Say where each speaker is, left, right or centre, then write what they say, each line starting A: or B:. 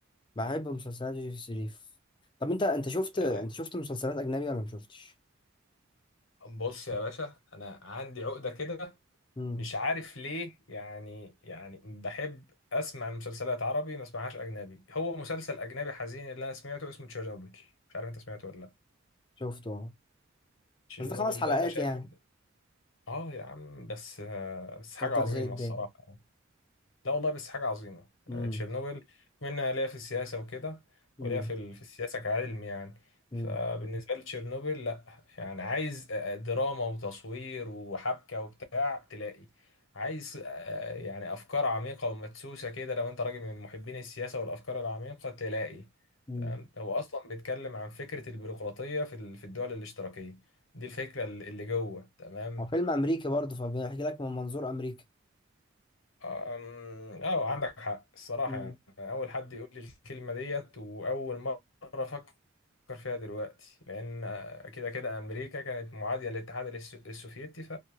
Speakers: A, on the left; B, on the left.
A: بحب مسلسلات يوسف شريف طب انت انت شفت انت
B: آه،
A: شفت مسلسلات اجنبي ولا ما شفتش
B: بص يا باشا انا عندي عقدة كده
A: امم
B: مش عارف ليه يعني يعني بحب اسمع المسلسلات عربي ما اسمعهاش اجنبي هو مسلسل اجنبي حزين اللي انا سمعته اسمه تشيرنوبل مش عارف انت سمعته ولا لا
A: شفته اه
B: تشيرنوبل
A: بس ده خمس حلقات
B: ده انا شايف
A: يعني
B: إن- اه يا عم بس آه، بس
A: كتر
B: حاجه عظيمه
A: خير الدنيا
B: الصراحه يعني. لا والله بس حاجة عظيمة
A: امم
B: آه، تشيرنوبل بما إن أنا ليا في السياسة وكده
A: امم
B: وليا في ال- في السياسة كعلم يعني
A: امم
B: فبالنسبة لي تشيرنوبل لا يعني عايز آه، آه، دراما وتصوير وحبكة وبتاع تلاقي عايز آه، آه، يعني أفكار عميقة ومدسوسة كده لو أنت راجل من محبين السياسة والأفكار العميقة تلاقي
A: امم
B: تمام هو أصلا بيتكلم عن فكرة البيروقراطية في ال- في الدول الاشتراكية دي الفكرة اللي اللي جوه تمام
A: هو فيلم امريكي برضه فبيحكي لك من منظور امريكا
B: أم- اه عندك حق الصراحة
A: امم
B: يعني أنا أول حد يقول لي الكلمة ديت وأول مرة أفكر فيها دلوقتي لأن آه، كده كده أمريكا كانت معادية للاتحاد الس- السوفيتي ف...